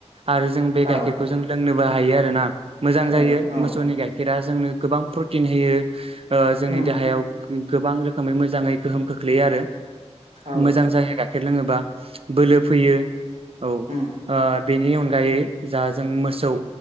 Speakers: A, on the right; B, on the right.
A: आरोजों बे
B: औ
A: गाइखेरखौ जों लों नोबो हायो आरोना। मोजांजायो
B: औ औ
A: मोसौनि गाइखेरा स जोंनो गोबां प्रटिन होयो ओह जोंनि
B: उम
A: देहायाव गोबांरोखोमै मोजाङै गोहोम खोख्लैयोआरो।
B: औ
A: मोजांजायो गायख गायखेर लोङोबा। बोलोफैयो औ।
B: उम
A: ओह बेनि अनगायै जा जों मोसौ।